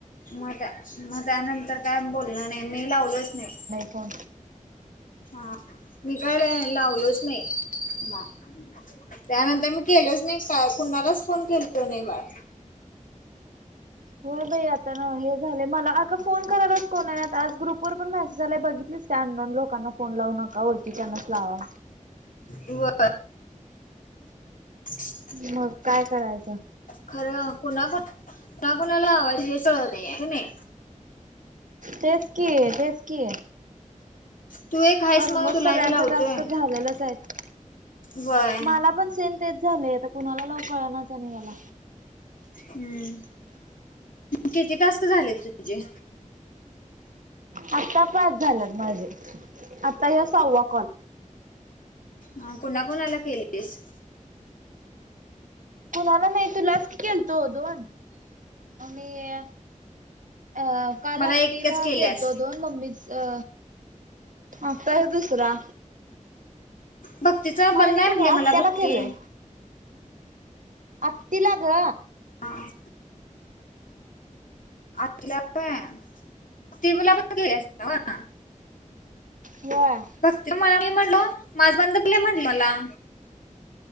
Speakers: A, on the left (about 80°); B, on the right (about 75°).
A: मग त्या, मग त्यानंतर काय बोलल नाही मी लावलोच नाही.
B: हो.
A: हा, मी काय बाई लावलोच नाही म. त्यानंतर मी केलोच नाही काय कुणालाच फोन केलो नाही बाळ.
B: हो बाई आता ना हे झाले मला अग फोन करालाच कोणाने आज ग्रुप वर पण मैसे आलाय बघितलीस का अननोन लोकांना फोन लावू नका ओडखीच्यांच लावा.
A: होय. <unintelligible>
B: मग काय करायचं?
A: खरं कुणाकु, कुणाकुणाला लावयच हेच कळत नाही, की नाही.
B: तेच की, तेच की.
A: तू एक हायस
B: अलमोस्ट
A: म्हणून तुला
B: सगळ्यांचा
A: एक लावतोय.
B: टास्कच झालेलाच आहेत.
A: व्हय
B: मला पण सेम तेच झालय आता कुणाला लाऊ कळणाच झालय मला.
A: हम्म, किती टास्क झालेत तुझे?
B: आता पाच झाल्यात माझे, आता या साव्वा कॉल.
A: हा कुणा कोणाला केलीस?
B: कोणाला नाही तुलाच की केलतो दोन, आणि अ काल
A: मला
B: अतिला
A: एकच केल्यास
B: केलतो दोन. मम्मीच अ आता हे दुसरा.
A: भक्तीचा
B: मग
A: बंद
B: आणि
A: आहे म्हटली
B: कोण आत्याला
A: मला भक्ती
B: केलोय. आत्तिला ग.
A: हां. आतिला बर ति मला पण कस अस.
B: वय.
A: तर माझा मी म्हणटल, माझं बंद पडले म्हटलं मला.